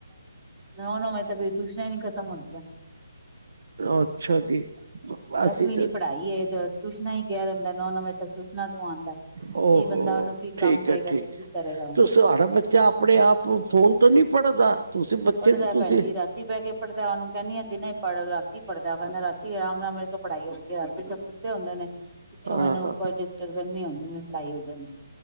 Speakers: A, on the right; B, on the right.
A: ਮੈਂ ਉਹਨ ਤੱਕ ਟਿਊਸ਼ਨਾਂ ਹੀ ਨੀ ਖਤਮ ਹੁੰਦੀਆਂ
B: ਅੱਛਾ ਜੀ ਅਸੀਂ
A: ਦਸਵੀਂ
B: ਤੇ
A: ਦੀ ਪੜ੍ਹਾਈ ਟਿਊਸ਼ਨਾਂ ਹੀ ਗੈਰ ਨੋਂ ਨੋਂ ਵਜੇ ਤੱਕ ਆਉਂਦਾ ਕੀ
B: ਓਹੋ
A: ਬੰਦਾ ਉਹਨੂੰ ਕੀ
B: ਠੀਕ
A: ਕੰਮ ਕਰੇਗਾ
B: ਹੈ ਠੀਕ
A: ਤੇ ਕੀ
B: ਹੈ।
A: ਕਰੇਗਾ ਉਹ
B: ਤੁਸੀਂ ਤੁਹਾਡਾ ਬੱਚਾ ਆਪਣੇ ਆਪ ਫੋਨ ਤੋਂ ਨਹੀਂ ਪੜ੍ਹਦਾ ਤੁਸੀਂ ਬੱਚੇ
A: ਪੜ੍ਹਦਾ
B: ਨੂੰ ਤੁਸੀਂ
A: ਭੈਣ ਜੀ ਰਾਤੀ ਬਹਿ ਕੇ ਪੜ੍ਹਦਾ ਉਹਨੂੰ ਕਹਿੰਦੀ ਆ ਦਿਨੇ ਪੜ੍ਹ ਰਾਤੀ ਪੜ੍ਹਦਾ ਕਹਿੰਦਾ ਰਾਤੀ ਆਰਾਮ ਨਾਲ ਮਿਲ ਪੜ੍ਹਾਈ ਹੋ ਰਾਤੀ ਸ ਸੁੱਤੇ ਹੁੰਦੇ ਨੇ ਪਿੱਛੋਂ
B: ਆਹ
A: ਮੈਨੂੰ ਕੋਈ ਡਿਸਟਰਬੈਂਸ ਨਹੀਂ ਆਉਂਦੀ ਮ ਪੜਾਈ <unintelligible> ਹਾਂਜੀ